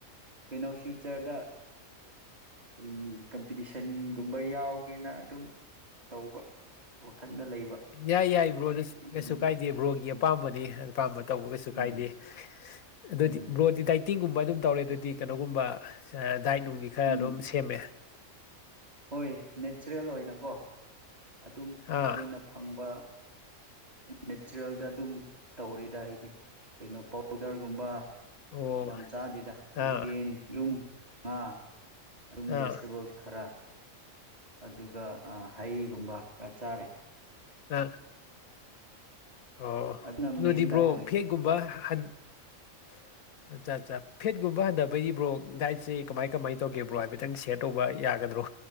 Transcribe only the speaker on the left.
ꯌꯥꯏ ꯌꯥꯏ ꯕ꯭ꯔꯣꯗ
ꯀꯩꯁꯨ ꯀꯥꯏꯗꯦ ꯕ꯭ꯔꯣꯒꯤ
ꯑꯄꯥꯝꯕꯅꯤ ꯑꯄꯥꯝꯕ ꯇꯧꯕ ꯀꯩꯁꯨ
ꯀꯥꯏꯗꯦ ꯑꯗꯨꯗꯤ
ꯕ꯭ꯔꯣꯗꯤ ꯗꯥꯏꯇꯤꯡꯒꯨꯝꯕ ꯑꯗꯨꯝ ꯇꯧꯔꯦ ꯑꯗꯨꯗꯤ ꯀꯩꯅꯣꯒꯨꯝꯕ ꯗꯥꯏꯠ ꯅꯨꯡꯗꯤ ꯈꯔ
ꯑꯗꯨꯝ ꯁꯦꯝꯃꯦ
ꯑꯥ
ꯑꯣ
ꯑꯥ
ꯑꯥ
<unintelligible> ꯑꯣ
ꯑꯗꯨꯗꯤꯕ꯭ꯔꯣ
ꯐꯦꯛꯒꯨꯝꯕ ꯑꯠꯆꯥ ꯑꯠꯆꯥ ꯐꯦꯠꯀꯨꯝꯕ ꯍꯟꯗꯕꯩꯗꯤ ꯕ꯭ꯔꯣ ꯗꯥꯏꯠꯁꯦ ꯀꯃꯥꯏ ꯀꯃꯥꯏꯅ ꯇꯧꯒꯦꯕ꯭ꯔꯣ ꯍꯥꯏꯐꯦꯠꯇꯪ ꯁ꯭ꯌꯥꯔ ꯇꯧꯕ ꯌꯥꯒꯗ꯭ꯔꯣ